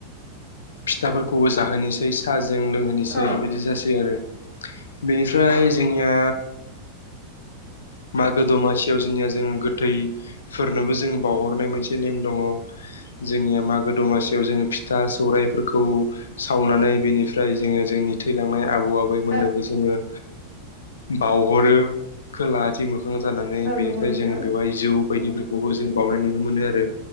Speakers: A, on the left (about 65°); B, on the left (about 45°).
A: फिथाफोरखौबो जाहोनोसै साहाजों लोंहोनोसै
B: औ नोंथां
A: बिदि जासै आरो। बेनिफ्राय जोंनिया मागो दमासियाव जोंनिया जोङो गोथैफोरनोबो जोंङ बावहरनाय मोनसे नेम दङ। जोंनिया मागो दमासियाव जोङो फिथा सौराइफोरखौ सावनानै बेनिफ्राय जोङो जोंनि थैलांनाय आबौ आबैमोननोबो
B: औ
A: जोङो बावहरो खोलाहाथिं मोखां जानानै
B: औ
A: बेनिफ्राय
B: नंगौ नोंथां
A: जोङो बेवहाय जौ बायदिफोरखौबो जों बावनाय नुनो मोनो आरो